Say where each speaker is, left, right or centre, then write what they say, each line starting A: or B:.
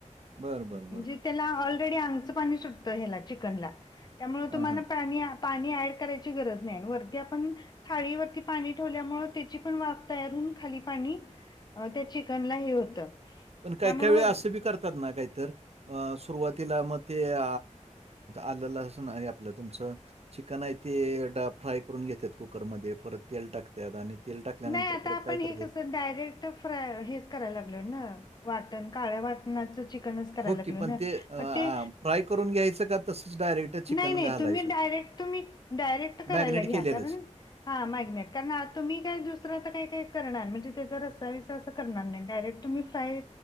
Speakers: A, on the right; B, on the left.
A: बरं, बरं,
B: म्हणजे
A: बरं, बरं.
B: त्याला ऑलरेडी अंगचं पाणी सुटतं ह्याला चिकनला त्यामुळे
A: हां,
B: तुम्हाला
A: हां.
B: पाणी पाणी ऍड करायची गरज नाही अन् वरती आपण थाळीवरती पाणी ठेवल्यामुळं त्याची पण वाफ तयार होऊन खाली पाणी अ त्या चिकनला हे होतं.
A: पण काही
B: त्यामुळे
A: काही वेळ
B: वर
A: असं बी करतात ना काहीतर अ सुरुवातीला म ते अ आल्ल लसूण हे आपलं तुमचं चिकन आहे ते ड फ्राय करून घेतात कुकरमध्ये परत तेल टाकतात आणि तेल टाकल्यानंतर
B: नाही आता
A: परत
B: आपण
A: काय
B: हे
A: करतात
B: कसं डायरेक्ट फ्रा हेच कराय लागलोय ना वाटण काळ वाट नाच चिकनच करायला
A: हो
B: लागल
A: की पण
B: ना
A: ते अ, अ,
B: म ते
A: फ्राय करून घ्यायचं का तसंच डायरेक्ट चिकन
B: नाही नाही
A: घालायचं?
B: तुम्ही डायरेक्ट तुम्ही डायरेक्ट करायला
A: मॅरिनेट
B: घ्या
A: केलेलंच.
B: कारण हा मॅग्नेट कारण आ तुम्ही दुसर आता काही काही करणार म्हणजे त्याचा रस्सा विस्सा अस करणार नाही डायरेक्ट तुम्ही फ्राय